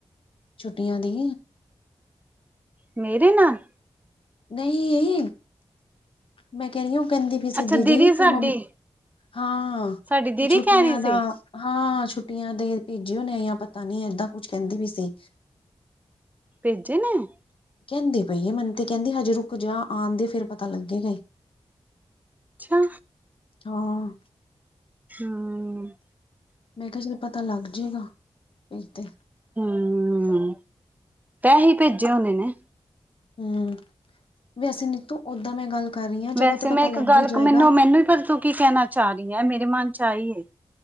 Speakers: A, on the left; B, on the right.
A: ਛੁੱਟੀਆਂ ਦੀ-
B: ਮੇਰੇ ਨਾਲ-
A: ਨਹੀ ਮੈ ਕਹਿ ਰਹੀ ਆ ੳਹ ਕਹਿੰਦੀ ਪਈ ਸੀ
B: ਅੱਛਾ
A: ਦੀਦੀ
B: ਸਾਡੀ
A: ਕਿ ਮੰਮ- ਹਾਂ ਹਾਂ
B: ਸਾਡੀ ਦੀਦੀ
A: ਕਿ ਛੁੱਟੀਆਂ
B: ਕਹਿ ਰਹੀ ਸੀ
A: ਦਾ- ਹਾਂ ਛੁੱਟੀਆਂ ਦੇ ਭੇਜੇ ਹੋਨੇ ਯਾ ਪਤਾ ਨੀ ਏਦਾਂ ਕੁਛ ਕਹਿੰਦੀ ਵੀ-ਸੀ।
B: ਭੇਜੇ ਨੇ-
A: ਕਹਿੰਦੀ ਪਈ ਏ ਮੈਨ ਤੇ ਕਹਿੰਦੀ ਹਜੇ ਰੁੱਕ ਜਾ ਆਨ ਦੇ ਫੇਰ ਪਤਾ ਲਗੇਗਾ ਹੀ-
B: ਅੱਛਾ-
A: ਹਾਂ।
B: ਹਾਂ।
A: ਮੈ ਕਿਹਾ ਚਲੋ ਪਤਾ ਲੱਗ ਜਾਏਗਾ ਨਹੀਂ ਤੇ-
B: ਹੂੰ ਪੈਸੇ ਭੇਜੇ ਹੋਣੇ ਨੇ-
A: ਹੂੰ ਅਸੀਂ ਨੀ ਤੂੰ ਓਦਾ ਮੈ ਗੱਲ- ਕਰ ਰਹੀ ਹਾਂ ਚਲੋ
B: ਵੈਸੇ
A: ਤੇ ਪਤਾ
B: ਮੈ ਇੱਕ
A: ਲੱਗ
B: ਗੱਲ
A: ਹੀ ਜਾਏਗਾ
B: ਮੈਨੂੰ- ਮੈਨੂੰ ਵੀ ਪਰਤੂੰ ਕੀ ਕਹਿਣਾ ਚਾਹ ਰਹੀ ਆ ਮੇਰੇ ਮਨ 'ਚ ਆਈ-